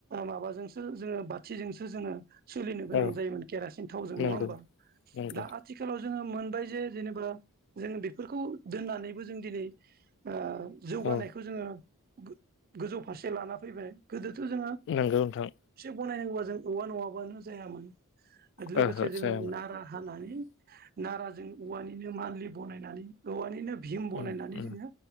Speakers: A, on the right; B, on the left.
A: माबाजोंसो जोङो बाथिजोंसो जोङो सोलिनो गोनां
B: औ
A: जायोमोन केरासिन थावजों
B: नंगौ
A: नङा होमबा ।
B: नंगौ
A: दा आथिखालाव जोंङो मोनबाय जे जेनेबा जों बे - बेफोरखौ दोननानैबो जों दिनै ओ जौगानायखौ
B: औ
A: जोङो <unintelligible> गोजौ फारसे लाना फैबाय गोदोथ' जों
B: नंगौ नोंथां।
A: बानायनांगौबा जों औवा नङाबानो जायामानो। लोगोसे
B: ओहो
A: जोङो
B: जायामोन
A: नारा हानानै नाराजों जों औवानिनो मानलि बानायनानै औवानिनो भिम बानायनानै
B: उम उम
A: जोङो